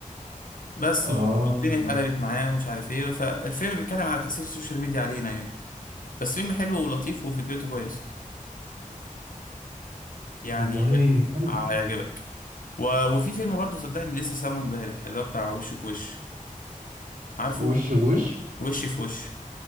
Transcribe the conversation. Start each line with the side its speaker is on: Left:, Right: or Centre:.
Left: بس
Right: اه
Left: والدنيا اتقلبت معاه ومش عارف ايه فالفيلم بيتكلم على تأثير السوشيال ميديا علينا يعني بس فيلم حلو ولطيف وفكرته كويسه يعني
Right: والله
Left: حلو
Right: حلو
Left: آه، هيعجبك و... وفي فيلم برضه صدقني لسه سامعه امبارح اللي هو بتاع وش في وش عارفه
Right: وش بوش
Left: وش في وش